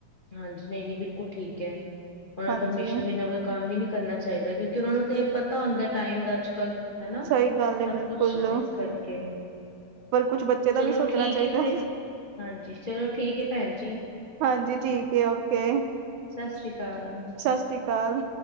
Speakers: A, on the left (about 45°); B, on the right (about 75°).
A: ਹਾਂਜੀ ਨਹੀਂ ਨਹੀਂ ਬਿਲਕੁਲ ਠੀਕ ਹੈ ਉਹਨਾਂ
B: ਹਾਂਜੀ
A: ਪਰਮਿਸ਼ਨ ਬਿਨਾਂ ਕੋਈ ਕੰਮ ਵੀ ਨੀ ਕਰਨਾ ਚਾਹੀਦਾ ਕਿਉਂਕਿ ਉਹਨਾਂ ਨੂੰ ਤੇ ਤਾਂ ਆ ਟਾਈਮ ਦਾ ਅੱਜ ਕੱਲ ਹੈਨਾ
B: ਸਹੀ ਗੱਲ ਏ
A: ਸਭ
B: ਬਿਲਕੁਲ
A: ਕੁਛ ਇਸ ਕਰਕੇ।
B: ਪਰ ਕੁਛ ਬੱਚੇ ਦਾ
A: ਚਲੋ
B: ਵੀ ਸੋਚਣਾ
A: ਠੀਕ
B: ਚਾਹੀਦਾ
A: ਹੈ ਫਿਰ ਹਾਂਜੀ ਚਲੋ ਠੀਕ ਹੈ ਭੈਣ ਜੀ।
B: ਹਾਂਜੀ ਠੀਕੇ ਔਕੇ
A: ਸਤਿ ਸ਼੍ਰੀ ਅਕਾਲ।
B: ਸਤਿ ਸ਼੍ਰੀ ਅਕਾਲ।